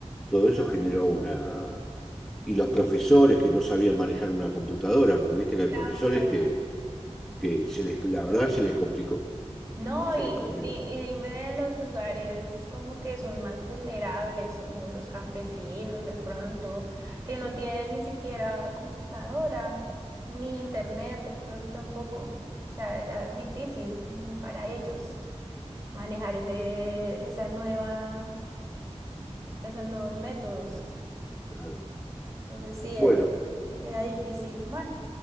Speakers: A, in the centre; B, on the right.
A: Todo
B: No,
A: eso generó
B: sí,
A: una... Y los profesores que no sabían manejar una computadora, porque viste que hay
B: también.
A: profesores que, que se les, la verdad se les complicó,
B: No,
A: se
B: y,
A: les complicó.
B: di- y dime de los lugares como que son más vulnerables, como los campesinos de pronto, que no tienen ni siquiera computadora, ni internet de pronto tampoco. O sea, era difícil como para ellos manejar ese, esa nueva, esos nuevos métodos.
A: Claro.
B: Entonces sí,
A: Bueno,
B: e- Era difícil, bueno,